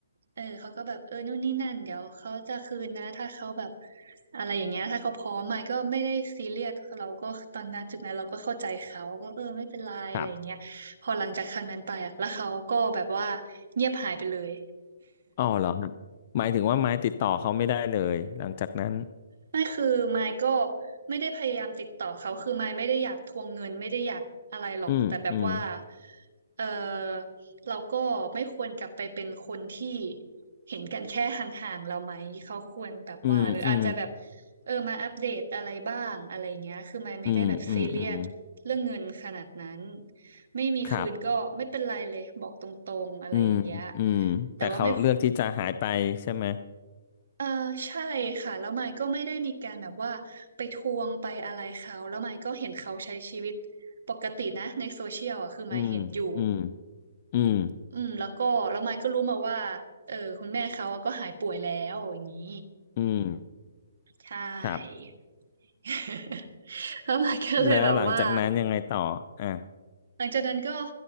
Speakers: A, on the right; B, on the left.
A: เออเขาก็แบบเออนู่นนี่นั่นเดี๋ยวเขาจะคืนนะถ้าเขาแบบอะไรอย่างเงี้ยถ้าเขาพร้อมมาก็ไม่ได้ซีเรียสเราก็ตอนนั้นจุดนั้นเราก็เข้าใจเขาก็เออไม่เป็นไรอะไรอย่างเงี้ยพอหลังจากครั้งนั้นไปอะแล้วเขาก็แบบว่า
B: ครับ
A: เงียบหายไปเลย
B: อ๋อเหรอครับหมายถึงว่าไม้ติดต่อเขาไม่ได้เลยหลังจากนั้น
A: ไม่คือไมค์ก็ไม่ได้พยายามติดต่อเขาคือไมค์ไม่ได้อยากทวงเงินไม่ได้อยากอะไรหรอกแต่แบบว่า
B: อืมอืม
A: เออเราก็ไม่ควรกลับไปเป็นคนที่เห็นกันแค่ห่างๆเราไหมเขาควรแบบว่าหรืออาจจะแบบ
B: อืมอืม
A: เออมาอัปเดตอะไรบ้างอะไรเงี้ยคือไมค์ไม่ได้แบบซีเรียสเรื่องเงินขนาดนั้น
B: อืมอืมอืม
A: ไม่มีคืนก็ไม่เป็นไรเลยบอกตรงๆอะไรอย่างเงี้ย
B: ครับอืมอืมแต่เขาเลือกที่จะหายไปใช่ไหม
A: แต่ว่าไม่ เออใช่ค่ะแล้วไมค์ก็ไม่ได้มีการแบบว่าไปทวงไปอะไรเขาแล้วไมค์ก็เห็นเขาใช้ชีวิตปกตินะในโซเชียลอ่ะคือไมค์เห็นอยู่
B: อืมอืมอืม
A: อืมแล้วก็แล้วไมค์ก็รู้มาว่าเออคุณแม่เขาอะก็หายป่วยแล้วอย่างนี้
B: อืม
A: ใช่
B: ครับ
A: <laughs> แล้วไมค์ก็เลยแบบว่า
B: แล้วหลังจากนั้นยังไงต่ออ่ะ
A: หลังจากนั้นก็